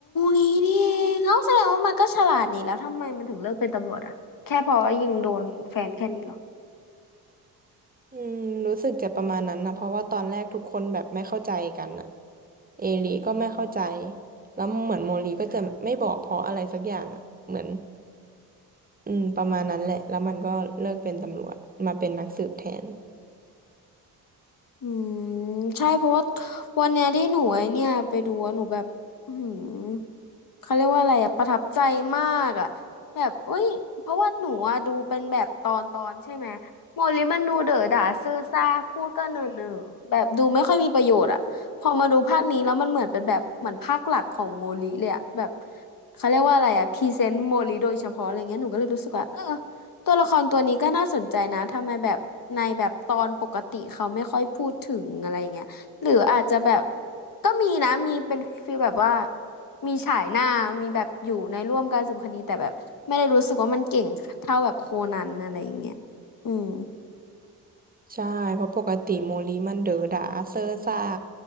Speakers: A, on the left; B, on the right.
A: งี้นี่เองเอ้าแสดงว่ามันก็ฉลาดนี่แล้วทำไมมันถึงเลือกเป็นตำรวจอะแค่เพอยิงโดนแฟนแค่นี้เหรอ
B: อืมรู้สึกจะประมาณนั้นนะเพราะว่าตอนแรกทุกคนแบบไม่เข้าใจกันอะเอลิก็ไม่เข้าใจแล้วเหมือนโมลีก็จะไม่บอกเพราะอะไรสักอย่างอะเหมือน อืมประมาณนั้นแหละแล้วมันก็เลิกเป็นตำรวจมาเป็นนักสืบแทน
A: อืมใช่เพราะว่าวันเนี้ยที่หนูไอ้เนี่ยไปดูอะหนูแบบอืมเขาเรียกว่าอะไรอะประทับใจมากอะแบบเอ้ยเพราะว่าหนูอะดูเป็นแบบตอนตอนใช่ไหมโมลิมันดูเด๋อด่าเซอ่อซ่าพูดก็เนอเนอแบบดูไม่ค่อยมีประโยชน์อะพอมาดูภาคนี้แล้วมันเหมือนเป็นแบบเหมือนภาคหลักของโมลิเลยอะแบบเขาเรียกว่าอะไรอะพรีเซนต์โมลิโดยเฉพาะอะไรเงี้ยหนูก็เลยรู้สึกว่าเออ ตัวละครตัวนี้ก็น่าสนใจนะทำไมแบบในแบบตอนปกติเขาไม่ค่อยพูดถึงอะไรเงี้ยหรืออาจจะแบบก็มีนะมีเป็นฟีลแบบว่ามีฉายหน้ามีแบบอยู่ในร่วมการสืบคดีแต่แบบไม่ได้รู้สึกว่ามันเก่งเท่าแบบโคนันอะไรอย่างเงี้ยอืม
B: ใช่เพราะปกติโมลีมันเด๋อด่าเซ่อซ่า